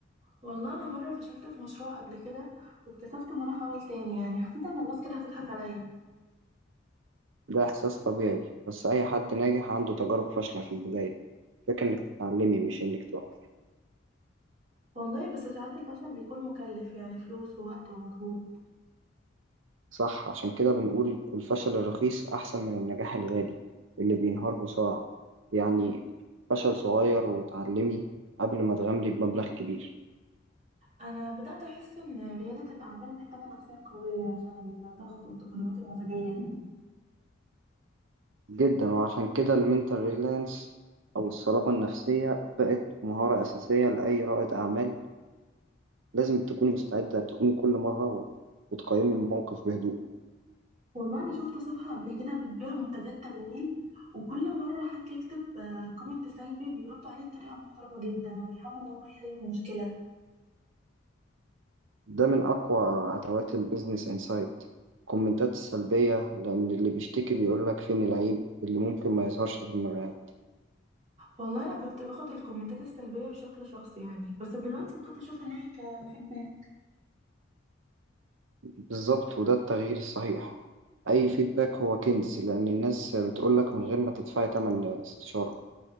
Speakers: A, on the right; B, on the right.
A: والله انا مره فشلت في مشروع قبل كده واتكسفت ان انا احاول تاني يعني حسيت ان الناس كده هتضحك عليا
B: ده إحساس طبيعي بس أي حد ناجح عنده تجارب فاشلة في البداية الفكرة إنك تتعلمي مش إنك توقفي
A: والله بس ساعات الفشل بيكون مكلف يعني فلوس ووقت ومجهود
B: صح عشان كده بنقول الفشل الرخيص أحسن من النجاح الغالي اللي بينهار بسرعة يعني فشل صغير وتعلمي قبل ما تغامري بمبلغ كبير
A: انا بدات احس ان رياده الاعمال محتاجه نفسيه قويه عشان الضغط والتقلبات المزاجيه
B: جدا وعشان كده المنتال ريلانس أو الصلابة النفسية بقت مهارة أساسية لأي رائد أعمال لازم تكوني مستعدة تقومي كل مرة و- وتقيمي الموقف بهدوء
A: والله انا شفت صفحة قبل كده بتبيع منتجات تجميل وكل مرة حد يكتب كومنت سلبي بيردوا عليه بطريقة محترمة جدا وبيحاولوا ان هم يحلوا المشكلة
B: ده من أقوى أدوات البيزنس إنسايت الكومنتات السلبية لأن اللي بيشتكي بيقولك فين العيب اللي ممكن ما يظهرش في المبيعات
A: والله انا كنت باخد الكومنتات السلبية بشكل شخصي يعني بس دلوقتي بدأت اشوف ان هي كفيدباك
B: بالظبط وده التغيير الصحيح أي فيدباك هو كنز لأن الناس بتقولك من غير ما تدفعي تمن استشارة